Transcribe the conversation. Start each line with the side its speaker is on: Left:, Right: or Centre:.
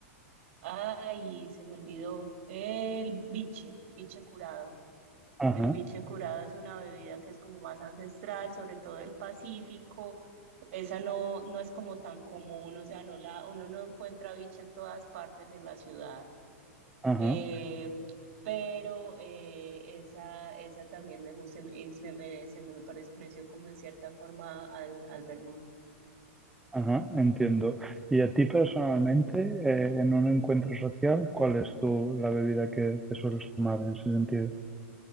Right: Ay, se me olvidó. El biche, biche curado.
Centre: ajá,
Right: El biche curado es una bebida que es como más ancestral, sobre todo del Pacífico. Esa no, no es como tan común, o sea, no la, uno no encuentra biche en todas partes en la ciudad.
Centre: ajá.
Right: Eh, pero eh, esa, esa también me gusta y me, y me- me- se me pareció como en cierta forma al, al vermo-
Centre: Ajá, entiendo. Y a ti personalmente, eh, en un encuentro social, ¿cuál es tu, la bebida que, que sueles tomar en ese sentido?